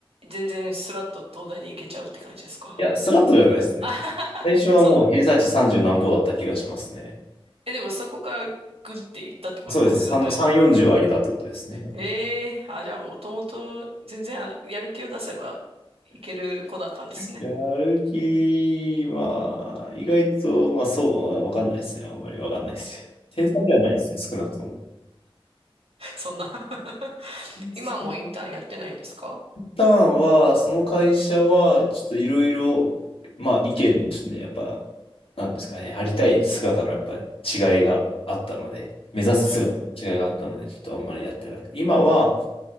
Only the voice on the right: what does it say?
全然スラッと東大に行けちゃうって感じですか。
<laughs> あはははそん、
え、でもそこからグッて行ったってことですよね。
ええあ、じゃあもともと全然あのやる気を出せばいける子だったんですね。
<laughs> そんな <laughs>
今はもうインターンやってないんですか
うん。
うん。